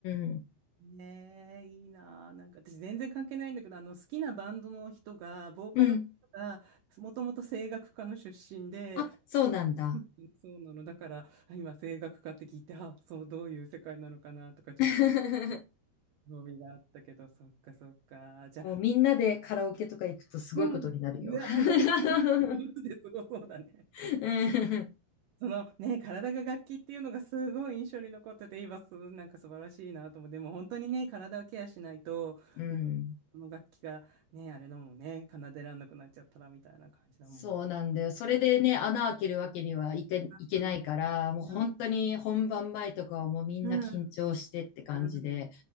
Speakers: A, on the left; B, on the right.
A: ん、
B: ねえ、いいなあ。なんか私全然関係ないんだけど、あの好きなバンドの人が、ボーカルの人が、
A: うん。
B: もともと声楽家の出身で、
A: あ、そうなんだ。
B: うんそうなの。だから、あ今声楽家って聞いて、あ、そう、どういう世界なのかなとか、ちょっと
A: <laughs>
B: 興味があったけど、そっかそっか。じゃあ、
A: もうみんなでカラオケとか行くとすごいことになるよ。
B: うん。うわあ、
A: <laughs>
B: <laughs> ね、本当ですごそうだね。
A: うん
B: そのね、体が楽器っていうのがすごい印象に残ってて、今す、なんか素晴らしいなと思うでも本当にね、体をケアしないと、
A: うん。
B: ねその楽器がね、あれだもんね、奏でらんなくなっちゃったらみたいな感じだもんね
A: そうなんだよ。それでね、穴開けるわけにはいけ、いけないから、
B: うん
A: もう本当に本番前とかはもうみんな緊張してって感じで、
B: うんうんうん